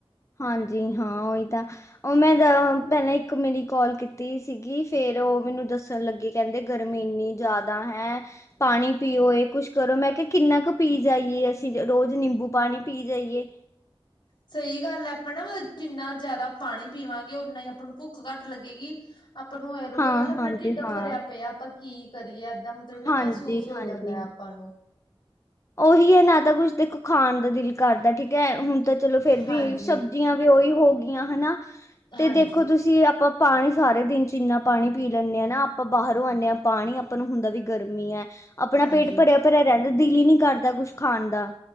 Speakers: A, on the left; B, on the left.
A: ਹਾਂਜੀ ਹਾਂ ਉਹੀ ਤਾਂ ਉਹ ਮੈਂ ਦ ਪਹਿਲਾਂ ਇੱਕ ਮੇਰੀ ਕਾਲ ਕੀਤੀ ਸੀਗੀ ਫੇਰ ਉਹ ਮੈਨੂੰ ਦੱਸਣ ਲੱਗੇ। ਕਹਿੰਦੇ ਗਰਮੀ ਇੰਨੀ ਜ਼ਿਆਦਾ ਹੈਂ। ਪਾਣੀ ਪੀਓ, ਇਹ ਕੁਛ ਕਰੋ ਮੈਂ ਕਿਹਾ ਕਿੰਨਾ ਕੁ ਪੀ ਜਾਈਏ ਅਸੀਂ ਰੋਜ਼ ਨਿੰਬੂ ਪਾਣੀ ਪੀ ਜਾਈਏ।
B: ਸਹੀ ਗੱਲ ਹੈ ਆਪਾਂ ਨਾ ਮਤਲਬ ਜਿੰਨਾ ਜ਼ਿਆਦਾ ਪਾਣੀ ਪੀਵਾਂਗੇ ਉਓਨਾ ਹੀ ਆਪਾਂ ਨੂੰ ਭੁੱਖ ਘੱਟ ਲੱਗੇਗੀ ਆਪਾਂ ਨੂੰ ਇਹ ਰੂਗਾ
A: ਹਾਂ
B: ਯਾਰ ਆਪਣਾ
A: ਹਾਂਜੀ
B: ਢਿੱਡ
A: ਹਾਂ
B: ਭਰਿਆ ਪਿਆ ਆਪਾਂ ਕੀ ਕਰੀਏ ਏਦਾਂ ਫਿਰ ਨਾ
A: ਹਾਂਜੀ
B: ਮਹਿਸੂਸ ਹੋ ਜਾਂਦਾ
A: ਹਾਂਜੀ
B: ਹੈ ਆਪਾਂ ਨੂੰ।
A: ਉਹੀ ਹੈ ਨਾ ਤਾਂ ਕੁਛ ਦੇਖੋ ਖਾਣ ਦਾ ਦਿਲ ਕਰਦਾ ਠੀਕ ਹੈ ਹੁਣ ਤਾਂ ਚਲੋ ਫੇਰ
B: ਹਾਂਜੀ
A: ਵੀ ਸਬਜ਼ੀਆਂ ਵੀ ਉਹੀ ਹੋ ਗਈਆਂ ਹਨਾ, ਤੇ
B: ਹਾਂਜੀ
A: ਦੇਖੋ ਤੁਸੀਂ ਆਪਾਂ ਪਾਣੀ ਸਾਰੇ ਦਿਨ ਚ ਇੰਨਾ ਪਾਣੀ ਪੀ ਲੈਂਦੇ ਹਾਂ। ਨਾ ਆਪਾਂ ਬਾਹਰੋਂ ਆਉਂਦੇ ਹਾਂ ਪਾਣੀ ਆਪਾਂ ਨੂੰ ਹੁੰਦਾ ਵੀ ਗਰਮੀ ਹੈ। ਆਪਣਾ
B: ਹਾਂਜੀ
A: ਪੇਟ ਭਰਿਆ-ਭਰਿਆ ਰਹਿੰਦਾ ਦਿਲ ਹੀ ਨਹੀ ਕਰਦਾ ਕੁਛ ਖਾਣ ਦਾ